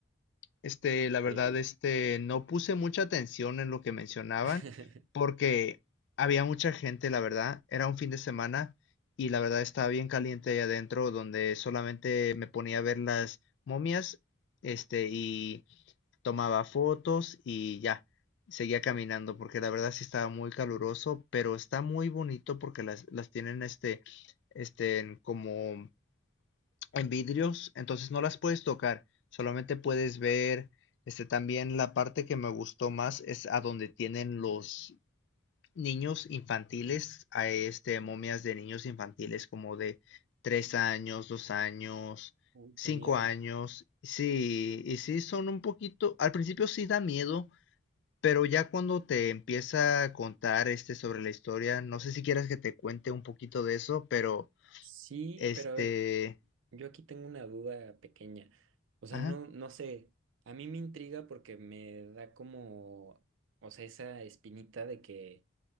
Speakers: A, on the left; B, on the right.
A: Este, la
B: ¿Qué?
A: verdad, este, no puse mucha atención en lo que mencionaban
B: <laughs>
A: porque había mucha gente, la verdad. Era un fin de semana y la verdad estaba bien caliente ahí adentro donde solamente me ponía a ver las momias, este, y tomaba fotos y ya, seguía caminando porque la verdad sí estaba muy caluroso, pero está muy bonito porque las, las tienen, este, este, como en vidrios, entonces no las puedes tocar, solamente puedes ver. Este también la parte que me gustó más es a donde tienen los niños infantiles, a este momias de niños infantiles como de tres años, dos años,
B: Uy,
A: cinco
B: qué miedo.
A: años. Sí, y sí son un poquito, al principio sí da miedo, pero ya cuando te empieza a contar este sobre la historia, no sé si quieras que te cuente un poquito de eso, pero
B: Sí,
A: este,
B: pero a ver, yo aquí tengo una duda pequeña. O sea,
A: ajá.
B: no, no sé, a mí me intriga porque me da como, o sea, esa espinita de que,